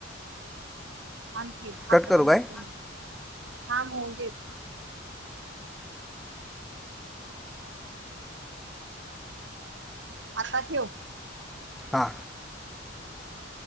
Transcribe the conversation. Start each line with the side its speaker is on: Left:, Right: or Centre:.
Right: थांब की अकरा
Centre: कट करू
Right: मिनिटे
Centre: काय
Right: होऊनदेत थाम होऊन देत. आता ठेव.
Centre: हा.
Right: हा.